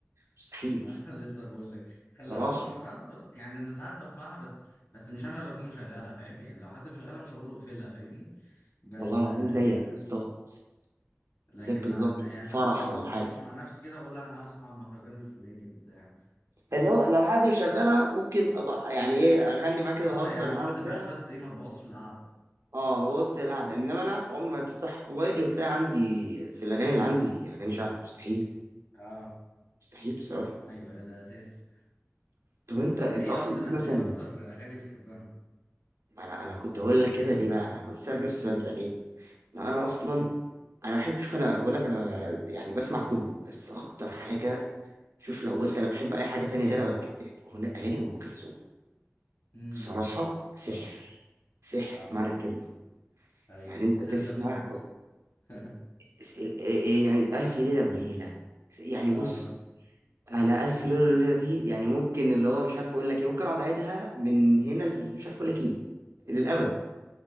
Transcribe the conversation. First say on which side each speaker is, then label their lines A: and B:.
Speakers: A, on the right (about 75°); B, on the left (about 65°).
A: مستحيل
B: ما <laughs> لسه بقول لك خلاها
A: صراحه
B: بس انا ساعات بس يعني انا ساعات بسمعها بس بس مش انا اللي اكون مشغلها فاهم يعني لو حد مشغلها مش هقول له اقفلها فاهمني بس
A: والله العظيم
B: آه،
A: زيك بالظبط
B: لكن
A: زيك بالظبط
B: ما يعني مثلا
A: فرح
B: ما
A: ولا
B: بقعدش
A: حاجه
B: مع نفسي كده اقول لا انا هسمع المهرجان الفلاني وبتاع
A: اللي هو لو حد مشغلها ممكن ابقى يعني ايه اغني معاه كده
B: اه
A: واهزر
B: يعني عشان
A: معاه
B: ما
A: وبتاع
B: تبقاش بس ايه ما تبوظش القعده
A: اه ببص القعده انما انا عمري ما هتفتح موبايلي وتلاقي عندي في الاغاني اللي عندي اغاني شعب مستحيل
B: اه
A: مستحيل بصراحه
B: ايوه ايوه ده اساسي
A: طب انت انت
B: طب ايه
A: اصلا
B: اكتر
A: بتحب مثلا
B: ايه اكتر اغاني بتحبها
A: انا انا كنت هقول لك كده ليه بقى انا كنت اسالك نفس السؤال ده ليه؟ لا انا اصلا انا بحب شوف انا بقول لك انا يعني بسمع كله بس اكتر حاجه شوف لو قلت انا بحب اي حاجه تانية غيرها كداب أغني- اغاني ام كلثوم
B: امم
A: بصراحه سحر
B: اه
A: سحر
B: اه
A: معنى الكلمه
B: ايوه
A: يعني انت
B: سيرة
A: تسمع
B: الحب <laughs>
A: اس- إيه- إيه إيه، يعني الف ليله وليله يعني بص
B: اه
A: انا الف ليله وليله دي يعني ممكن اللي هو مش عارف اقول لك ايه ممكن اقعد اعيدها من هنا ل- مش عارف اقول لك ايه للابد